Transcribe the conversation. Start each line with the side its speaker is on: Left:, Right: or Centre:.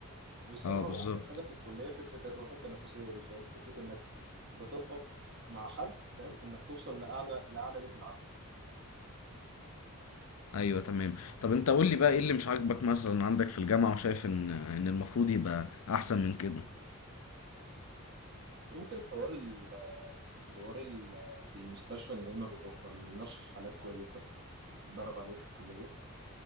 Right: والصراحة
Left: اه بالظبط
Right: هو احسن حاجة في الكلية فكرة الروح التنافسية دي فاهم فكرة انك بتضغط مع حد فاهم انك توصل لاعلى لاعلى ليفل عنده
Left: ايوه تمام طب انت قول لي بقى ايه اللي مش عاجبك مثلا عندك في الجامعه وشايف ان ان المفروض يبقى احسن من كده
Right: ممكن حوار ال... حوار ال- المستشفى ان هي ما بتوفر لناش حالات كويسة بتدرب عليه في الكلية